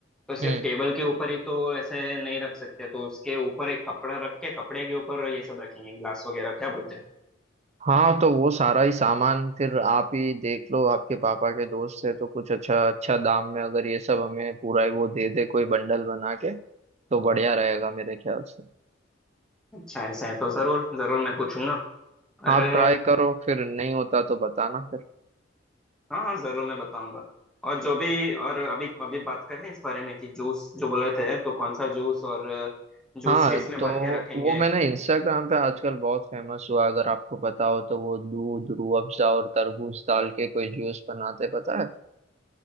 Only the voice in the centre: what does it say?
तो सिर्फ
टेबल के ऊपर ही तो ऐसे नहीं रख सकते तो उसके ऊपर एक कपड़ा रख के कपड़े के ऊपर ये सब रखेंगे ग्लास वगैरह क्या बोलते हैं
अच्छा ऐसा है तो जरूर जरूर मैं पूछूंगा अरे
हाँ हाँ जरूर मैं बताऊंगा और जो भी और अभी अभी बात कर लें इस बारे में कि जूस जो बोल रहे थे तो कौन सा जूस और जूस
किस में
भर के रखेंगे